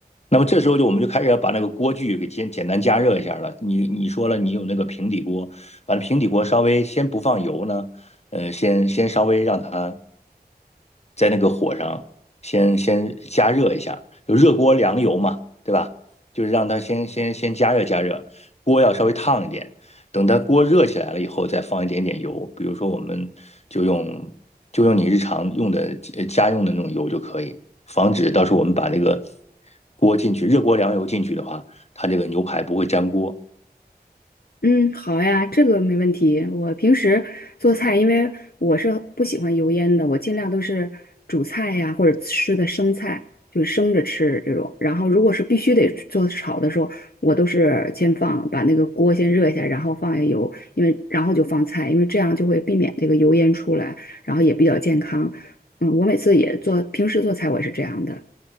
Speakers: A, on the left (about 40°); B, on the left (about 65°).
A: 那么这时候就我们就开始要把那个锅具给简简单加热一下了。你你说了，你有那个平底锅，把那平底锅稍微先不放油呢，呃，先先稍微让它在那个火上先先加热一下，就热锅凉油嘛，对吧？就是让它先先先加热加热，锅要稍微烫一点。等它锅热起来了以后，再放一点点油，比如说我们就用就用你日常用的呃家用的那种油就可以，防止到时候我们把这个锅进去热锅凉油进去的话，它这个牛排不会粘锅。
B: 嗯，好呀，这个没问题。我平时做菜，因为我是不喜欢油烟的，我尽量都是煮菜呀，或者吃的生菜，就是生着吃这种。然后如果是必须得做炒的时候，我都是先放，把那个锅先热一下，然后放下油，因为然后就放菜，因为这样就会避免这个油烟出来，然后也比较健康。嗯，我每次也做，平时做菜我也是这样的。